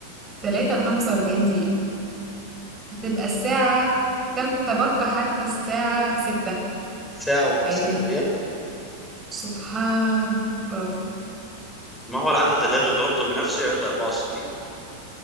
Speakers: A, on the right; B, in the centre.
A: تلاتة وخمسة وأربعين دقيقة هتبقى الساعة كم تبقى حتى الساعة ستة
B: ساعة و15
A: يعني
B: دقيقة
A: سبحان برافو
B: ما هو العدد الذي ضربته بنفسه يعطي 64